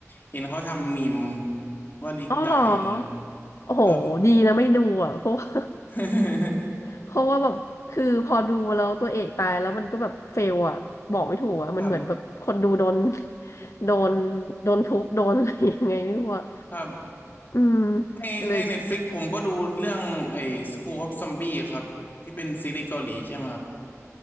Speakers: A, on the left; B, on the left.
A: เห็นเขาทำมีมว่าลิกตายอย่างงี้
B: อ๋อเหรอโอ้โหดีนะไม่ดูอะเพราะว่า
A: ครับ <laughs>
B: เพราะว่าแบบคือพอดูแล้วตัวเอกตายแล้วมันก็แบบเฟลอะบอกไม่ถูกอะมันเหมือนแบบคนดูโดน
A: ครับ
B: <laughs> โดนโดนทุบโดนอะไรยังไงไม่รู้อะ
A: ครับ
B: อืม
A: ในในเน็ตฟลิกผมก็ดูเรื่องไอ้
B: เลย
A: School of Zombie ครับที่เป็นซีรีส์เกาหลีใช่ไหมครับ